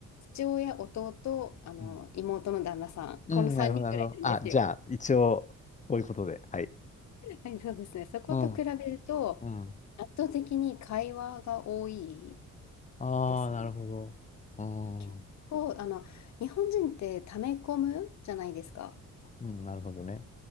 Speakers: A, on the left; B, on the left.
A: 父親、弟、あの、
B: うん
A: 妹の旦那さん、
B: うんうんうんなるほど、
A: この3人ぐらいなんですよ。
B: なるほど。あ、じゃあ、一応、こういうことで。はい。
A: はい、そうですね、そこと比べると、
B: うん。うん。
A: 圧倒的に会話が多い
B: ああ、
A: ですね。
B: なるほど。うん。
A: 結構、
B: う
A: あの、日本人って溜め込むじゃないですか。
B: ん、なるほどね。